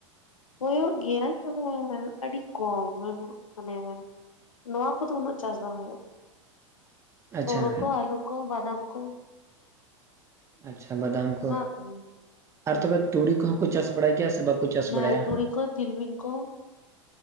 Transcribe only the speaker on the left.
ᱦᱳᱭᱳᱜ ᱜᱮᱭᱟ ᱛᱚᱵᱮᱻ ᱟᱹᱰᱤ ᱠᱚᱢᱟ ᱵᱟᱱᱩᱜ ᱢᱟᱱᱮ ᱱᱚᱣᱟ ᱠᱚᱫᱚ ᱩᱱᱟᱹᱜ ᱪᱟᱥ ᱵᱟᱝ ᱦᱳᱭᱳᱜ
ᱦᱳᱲᱳ ᱠᱚ, ᱟᱞᱩ ᱠᱚ, ᱵᱟᱫᱟᱢ ᱠᱚ᱾
ᱱᱚᱣᱟ ᱠᱚᱜᱮ ᱦᱮᱸ
ᱦᱮᱸ
ᱛᱩᱲᱤ ᱠᱚ ᱛᱤᱞᱢᱤᱧ ᱠᱚ